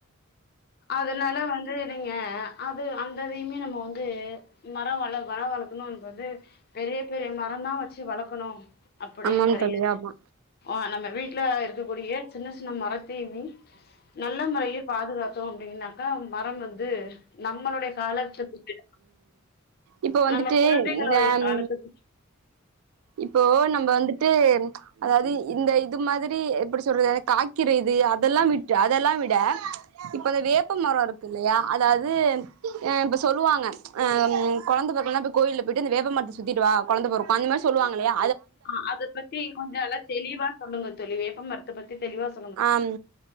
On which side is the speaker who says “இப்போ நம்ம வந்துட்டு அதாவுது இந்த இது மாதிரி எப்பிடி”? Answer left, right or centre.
Right